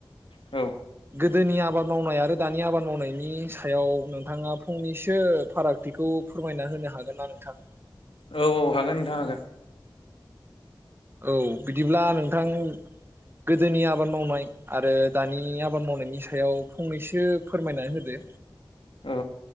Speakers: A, on the left (about 80°); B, on the right (about 25°).
A: औ
B: गोदोनि आबाद मावनाय आरो दानि आबाद मावनायनि सायाव नोंथाङा फंनैसो फारागथिखौ फोरमायना होनो हागोना? थां
A: औ औ हागोन नोंथां हागोन
B: औ बिदिब्ला नोंथां गोदोनि आबाद मावनाय आरो दानि आबाद मावनायनि सायाव फंनैसो फोरमायना होदो।
A: औ